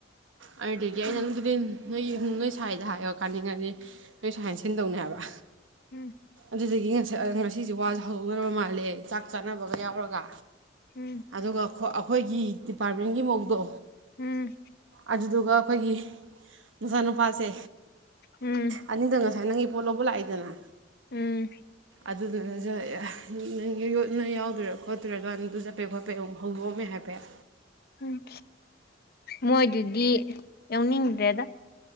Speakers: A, on the right; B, on the left.
A: ꯑꯔꯗꯤꯒꯤ
B: ꯎꯝ
A: ꯅꯪꯗꯨꯕꯤꯤꯟ <unintelligible> ꯅꯣꯏꯒꯤ ꯅꯣꯏ ꯁꯥꯏꯗ ꯍꯥꯏꯌꯣ ꯀꯥꯅꯤꯡꯉꯗꯤ ꯅꯣꯏ ꯁꯥꯏꯅ ꯁꯤꯟꯗꯧꯅꯦ ꯍꯥꯏꯕ
B: ꯎꯝ
A: ꯑꯗꯨꯗꯨꯒꯤ ꯉꯁ ꯉꯁꯤꯁꯦ ꯋꯥꯖꯦ ꯍꯧꯒꯗꯧꯕ ꯃꯥꯜꯂꯦ ꯆꯥꯛ ꯆꯥꯅꯕꯒ ꯌꯥꯎꯔꯒ
B: ꯎꯝ
A: ꯑꯗꯨꯒ ꯈꯣ ꯑꯈꯣ ꯑꯩꯈꯣꯏꯒꯤ ꯇꯤꯞ ꯄꯥ꯭ꯔꯕꯤꯟꯒꯤ ꯃꯧꯗꯣ
B: ꯎꯝ
A: ꯑꯗꯨꯗꯨꯒ ꯑꯩꯈꯣꯏꯒꯤ ꯃꯖꯥ ꯅꯨꯄꯥꯁꯦ
B: ꯎꯝ
A: ꯑꯅꯤꯗꯣ ꯉꯁꯥꯏ ꯅꯪꯒꯤ ꯄꯣꯠ ꯂꯧꯕ ꯂꯥꯛꯏꯗꯅ
B: ꯎꯝ
A: ꯑꯗꯨꯗꯨꯅꯖꯨ ꯑꯦ ꯅꯪ ꯌꯣꯠ ꯌꯦꯠ ꯅꯣꯏꯌꯥꯎꯗꯣꯏꯔꯣ ꯈꯣꯠꯇꯣꯏꯔꯣ ꯑꯗꯨꯅ ꯑꯗꯨ ꯆꯠꯄꯩ ꯈꯣꯠꯄꯩ ꯑꯃꯨꯛ ꯍꯧꯗꯣꯛꯑꯃꯦ ꯍꯥꯏꯐꯦꯠ
B: ꯎꯝ ꯃꯣꯏꯗꯨꯗꯤ ꯌꯥꯎꯅꯤꯡꯗ꯭ꯔꯦꯗ